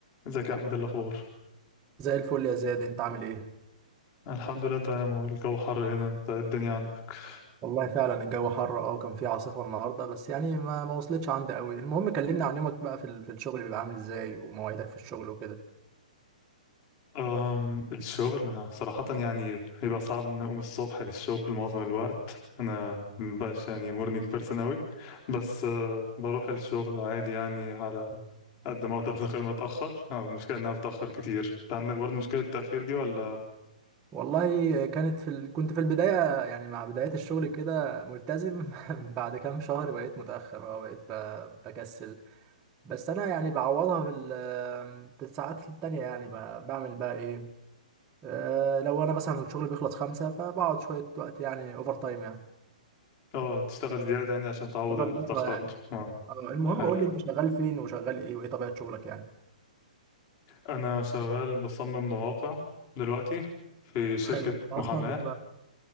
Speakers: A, on the left (about 30°); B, on the right (about 15°).
A: ازيك يا احمد إيه الاخبار
B: زي الفل يا زياد انت عامل ايه
A: الحمد لله تمام هو الجو حر هنا انت إيه الدنيا عندك
B: والله فعلا الجو حر اه كان في عاصفة النهاردة بس يعني ما ما وصلتش عندي قوي المهم كلمنا عن يومك بقى في ال- في الشغل بيبقى عامل ازاي ومواعيدك في الشغل وكده
A: أم الشغل انا صراحه يعني بيبقى صعب ان اقوم الصبح للشغل معظم الوقت انا مبقاش يعني مورنينج بيرسون اوي بس أه بروح الشغل عادي يعني على قد ما اقدر من غير ما اتاخر أه، المشكله ان انا بتاخر كتير انت عندك برضه مشكله التاخير دي ولا
B: والله كانت في ال... كنت في البداية يعني مع بداية الشغل كده ملتزم <laughs> بعد كام شهر بقيت متأخر اه بقيت ب... بكسل بس انا يعني بعوضها في ال... في الساعات التانية يعني ب... بعمل بقى ايه اه لو انا مثلا الشغل بيخلص خمسة فبقعد شوية وقت يعني اوفر تايم يعني
A: اه تشتغل زياده يعني عشان تعوض
B: بظبطها
A: اللي اتاخرته
B: يعني
A: أه،
B: آه، المهم
A: حلو
B: قول لي انت شغال فين وشغال ايه وايه طبيعة شغلك يعني
A: انا شغال بصمم مواقع دلوقتي في شركه
B: حلو انت اصلا
A: محاماه